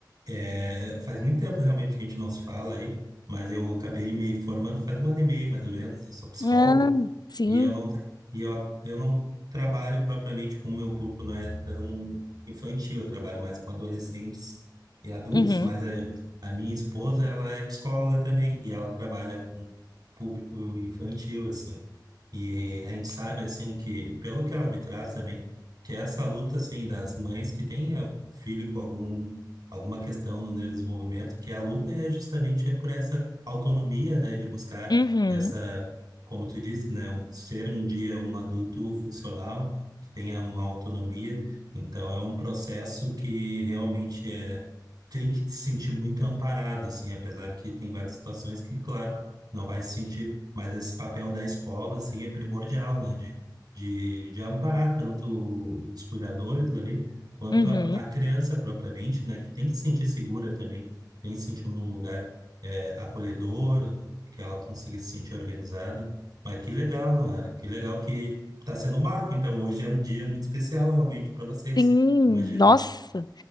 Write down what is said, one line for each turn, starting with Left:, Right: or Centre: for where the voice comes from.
Right: é, faz muito tempo realmente que a gente não se fala aí, mas eu acabei me formando faz um ano e meio, mais ou menos. Eu sou psicólogo.
Left: Ah, sim.
Right: E eu não, tra- e eu, eu não trabalho propriamente com o meu público, não é tão infantil, eu trabalho mais com adolescentes e adultos,
Left: Uhum,
Right: mas é, a minha esposa, ela é psicóloga também, e ela trabalha com público infantil, assim. E a gente sabe, assim, que, pelo que ela me traz também, que essa luta, assim, das mães que têm algum filho com algum, alguma questão no desenvolvimento, que a luta é justamente por essa autonomia, né, de buscar
Left: uhum,
Right: essa como tu disse, né, um- ser um dia um adulto funcional, que tenha uma autonomia. Então, é um processo que realmente é, tem que se sentir muito amparado, assim, apesar que tem várias situações que, claro, não vai se sentir, mas esse papel da escola, assim, é primordial, né, de, de, de amparar tanto os cuidadores ali, quanto
Left: uhum.
Right: a, a criança propriamente, né, que tem que se sentir segura também, tem que se sentir num lugar, é, acolhedor, que ela consiga se sentir organizada. Mas que legal, Noara. Que legal que está sendo um marco. Então, hoje é um dia muito especial realmente para vocês.
Left: Sim,
Right: Imagino.
Left: nossa,